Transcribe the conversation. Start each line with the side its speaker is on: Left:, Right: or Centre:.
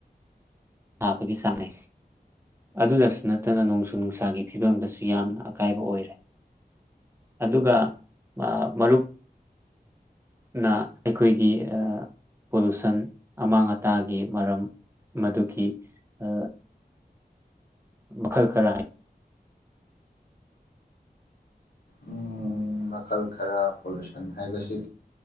Right: ꯇꯥꯕꯒꯤ ꯆꯥꯡ <unintelligible> ꯅꯦ ꯑꯗꯨꯗꯁꯨ ꯅꯠꯇꯅ ꯅꯣꯡꯖꯨ ꯅꯨꯡꯁꯥꯒꯤ ꯐꯤꯕꯝꯗꯁꯨ ꯌꯥꯝꯅ ꯑꯀꯥꯏꯕ ꯑꯣꯏꯔꯦ ꯑꯗꯨꯒ ꯑ ꯃꯔꯨꯞ ꯅ ꯑꯩꯈꯣꯏꯒꯤ ꯑ ꯄꯣꯂꯨꯁꯟ ꯑꯃꯥꯡ ꯑꯇꯥꯒꯤ ꯃꯔꯝ ꯃꯗꯨꯒꯤ ꯑ ꯃꯈꯜ ꯈꯔ ꯍꯥꯏ <unintelligible> <inaudible>
Left: ꯎꯝ ꯃꯈꯜ ꯈꯔ ꯄꯣꯂꯨꯁꯟ ꯍꯥꯏꯕꯁꯤ